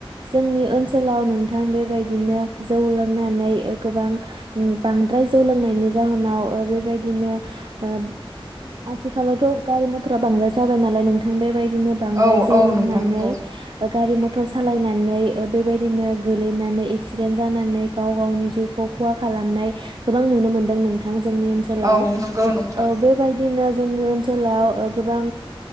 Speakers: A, on the right; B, on the right.
A: जोंनि ओनसोलाव नोंथां बेबायदिनो जौ लोंनानै गोबां बांद्राय जौ लोंनायनि जाहोनाव ओ बेबायदिनो ओ आथिखालावथ' गारि मथरा बांद्राय जाबाय नालाय नोंथां बेबायदि नो बांद्राय
B: औ
A: जौ
B: औ
A: लोंनानै
B: नोंथां नंगौ
A: ओ गारि मथर सालायनानै बेबायदिनो गोलैनानै एक्सिडेन्ट जानानै गाव गावनि जिउखौ खहा खालामनाय गोबां नुनो मोनदों नोंथां। जोंनि ओनसोलाव
B: औ नंगौ नोंथां
A: ओ बेबायदिनो जोंनि ओनसोलाव गोबां